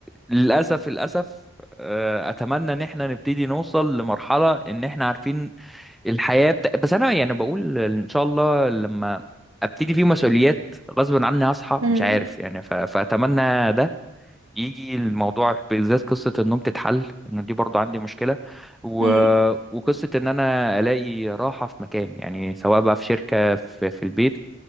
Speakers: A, in the centre; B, on the right.
A: للاسف للاسف آه، اتمنى ان احنا نبتدي نوصل لمرحله ان احنا عارفين الحياة بت... بس أنا يعني بقول إن شاء الله لما أبتدي فيه مسؤوليات غصب عني هصحى
B: امم
A: مش عارف يعني ف... فأتمنى ده يجي الموضوع بالذات قصة النوم تتحل إن دي برضو عندي مشكلة و...
B: امم ان
A: وقصة إن أنا ألاقي راحة في مكان يعني سواء بقى في شركة في, في البيت